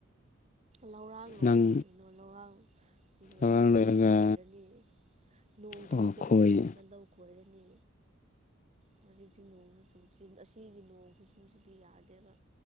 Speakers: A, on the right (about 35°); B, on the left (about 40°).
A: ꯂꯧꯔꯥꯡ ꯂꯣꯏꯔꯦ
B: ꯅꯪ
A: ꯀꯩꯅꯣ ꯂꯧꯔꯥꯡ ꯂꯣꯏꯔꯦ
B: ꯂꯧꯔꯥꯡ ꯂꯣꯏꯔꯒ
A: ꯂꯧ ꯈꯣꯏꯔꯅꯤ꯫ ꯅꯣꯡ ꯆꯨꯕ
B: ꯑꯣ ꯈꯣꯏ
A: ꯃꯇꯝꯗ ꯂꯧ ꯈꯣꯏꯔꯅꯤ ꯍꯧꯖꯤꯛꯇꯤ ꯅꯣꯡꯁꯨ ꯆꯨꯗ꯭ꯔꯤ ꯑꯁꯤꯒꯤ ꯅꯣꯡ ꯈꯨꯨꯆꯨꯁꯤꯗꯤ ꯌꯥꯗꯦꯕ꯫